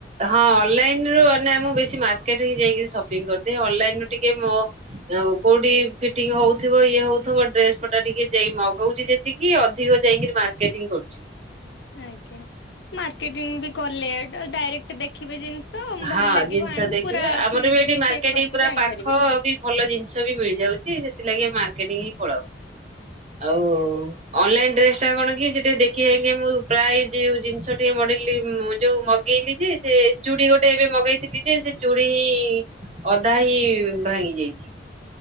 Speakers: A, on the right (about 40°); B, on the left (about 85°).
A: ହଁ ଅନଲାଇନ ରୁ ନା ମୁଁ ବେଶୀ ମାର୍କେଟ ହିଁ ଯାଇକି ସପିଂ କରିଦିଏ ଅନଲାଇନ ରୁ ଟିକେ ମ ଆଉ କୋଉଠି ଫିଟିଙ୍ଗ ହଉଥିବ ଇଏ ହଉଥିବ ଡ୍ରେସ ପଟା ଟିକେ ଯେଇ ମଗଉଛି ଯେ ଟିକି ଅଧିକ ଯାଇକିରି ମାର୍କେଟିଂ କରୁଛି।
B: ଆଜ୍ଞା ମାର୍କେଟିଂ ବି କଲେ ଡାଇରେକ୍ଟ ଦେଖିବେ ଜିନିଷ ଭଲ
A: ହଁ
B: ଲାଗିବ
A: ଜିନିଷ
B: ଆଣିବେ
A: ଦେଖିବେ
B: ପୁରା
A: ଆମର
B: ଫିଟ୍
A: ବି ଏଠି ମାର୍କେଟ
B: ଚେକ୍ କରିକି
A: ପୁରା
B: ବି ଆଣିପାରିବେ
A: ପାଖବି। ଭଲ ଜିନିଷ ବି ମିଳିଯାଉଛି ସେଥିଲାଗି ମାର୍କେଟିଂ ହିଁ ପଳାଉ ଆଉ
B: ଆଜ୍ଞା
A: ଅନଲାଇନ ଡ୍ରେସ ଟା କଣ କି ସେ ଟିକେ ଦେଖିବେ କେ ମୁଁ ପ୍ରାୟ ଯୁଉ ଜିନିଷ ଟିକେ ମଡିଲିଙ୍ଗ ମୁ ଯୋଉ ମ୍ ଗେଇଲି ଯେ ସେ ଚୁଡ଼ି ଗୋ ଟେ ଏବେ ମଗେଇଥିଲି ଯେ ସେ ଚୁଡ଼ି ହିଁ ଅଧା ହିଁ ଭାଙ୍ଗି ଯାଇଛି।